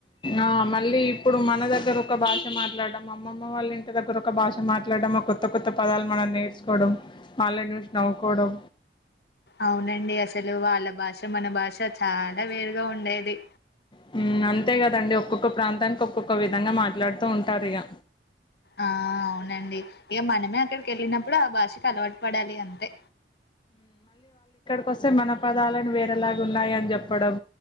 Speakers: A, on the left (about 25°); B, on the left (about 60°).
A: ఆ మళ్ళీ ఇప్పుడు మన దగ్గర ఒక భాష మాట్లాడడం అమ్మమ్మ వాళ్ళ ఇంటి దగ్గర ఒక భాష మాట్లాడం కొత్త కొత్త పదాలు మనం నేర్చుకోవడం మళ్ళ చూసి నవ్వుకోవడం
B: అవునండి అసలు వాళ్ళ భాష మన భాష చాలా వేరుగా ఉండేది
A: హ్మ్ అంతే కదండి ఒక్కొక్క ప్రాంతానికి ఒక్కొక్క విధంగా మాట్లాడుతూ ఉంటారు ఇగ
B: ఆ అవునండి ఇగ మనమే అక్కడికి వెళ్ళినాం ఇప్పుడు ఆ భాషకు అలవాటు పడాలి అంతే
A: కొస్తే మన పదాలను వేరేలాగ ఉన్నాయని చెప్పడం